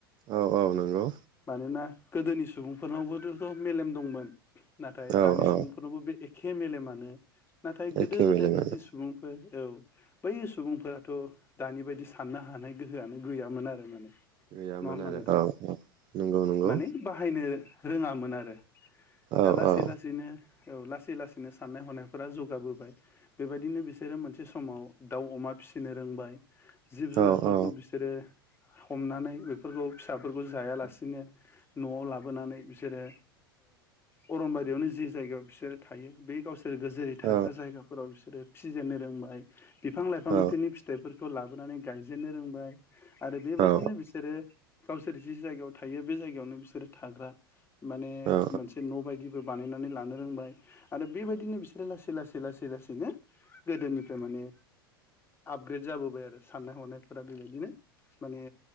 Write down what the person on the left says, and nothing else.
मानोना गोदोनि सुबुंफोरनावबोथथ' मेलेम दंमोन। नाथाय
दानि
सुबुंफोरनावबो बे एख खे मेलेमानो नाथाय गोदो
गोदायनि जि सुबुंफोर औ बै सुबुंफोराथ' दानि बायदि साननो हा हानाय गोहोआनो गैयामोन आरो माने। नङा
होमबा
नोंथां?
माने बाहायनो रोङामोन आरो
दा लासै
लासैनो औ लासै लासैनो साननाय हनायफोरा जौगाबोबाय बेबायदिनो बिसोरो मोनसे समाव दाउ अमा फिसिनो रोंबाय। जिब जुनार
बेफोरखौ बिसोरो हमनानै बेफोरखौ फिसाफोरखौ जायालासिनो न'आव लाबोनानै बिसोरो ओ अरनबारियावनो जि जायगायाव बिसोरो थायो बे गावसोर बिसोर गोजेरै थाग्रा
जायगाफोराव बिसोरो फिसिजेननो रोंबाय बिफां लाइफांनि
फिथाइफोरखौ लाबो लाबोनानै गायजेन जेननो रोंबाय आरो बेबायदिनो
बिसोरो गावसोर जि जायगायाव थायो बे जायगायावनो बिसोरो थाग्रा माने
मोनसे न' बायदिबो बानायनानै लानो रोंबाय आरो बेबायदिनो बिसोरो लासै लासै लासै लासैनो गोदोनिफ्राय माने आपग्रेड जाबोबाय आरो साननाय हनाय फोर बेबायदिनो माने